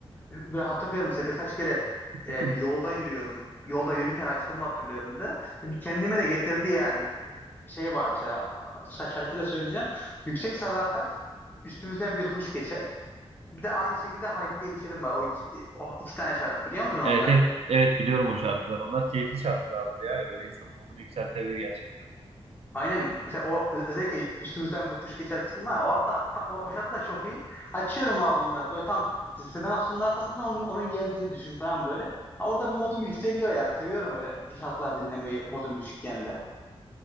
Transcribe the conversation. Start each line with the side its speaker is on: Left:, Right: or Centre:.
Left: böyle hatırlıyorum mesela birkaç kere
Right: <laughs>
Left: e, bir yolda yürüyordum. Yolda yürürken açtığımı hatırlıyorum mesela. Hani bir kendime de getirdi yani şey var mesela şa- şarkıyı da söyleyeceğim. Yüksek Sadakat üstümüzden bir kuş geçer. Bir de aynı şekilde Haydi Gel İçelim var. O iki, o iki tane şarkı biliyor musun onları?
Right: Evet, evet, evet biliyorum o şarkılar. Onlar keyifli şarkılardır ya. Böyle insanın modunu yükseltebilir gerçekten.
Left: Aynen. Mesela o özellikle üstümüzden bir kuş geçer kısmı var. ya, Orada ta- o, o şartlar çok iyi. Açıyorum abi onları. Böyle tam Sezen Aksu'nun arkasından onun, onun geldiğini düşün falan böyle. Ha, orada bir modum yükseliyor yani. Seviyorum öyle şarkılar dinlemeyi modum düşükken de.